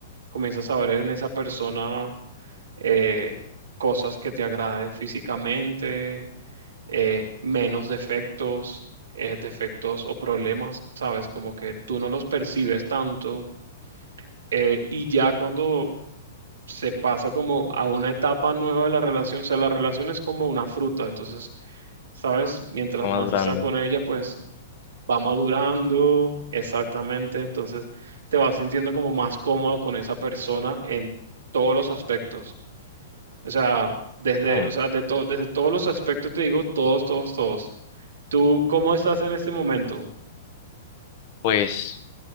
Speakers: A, on the right; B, on the left.
A: Comienzas a ver en esa persona eh, cosas que te agraden físicamente, eh, menos defectos, eh, defectos o problemas, ¿sabes? Como que tú no los percibes tanto. eh, y ya cuando se pasa como a una etapa nueva de la relación, o sea, la relación es como una fruta, entonces... ¿Sabes? Mientras
B: va
A: más
B: madurando.
A: está con ella, pues va madurando, exactamente, entonces te vas sintiendo como más cómodo con esa persona en todos los aspectos. O sea, desde,
B: Mm,
A: o sea, de to- desde todos los aspectos te digo, todos, todos, todos. ¿Tú cómo estás en este momento?
B: Pues.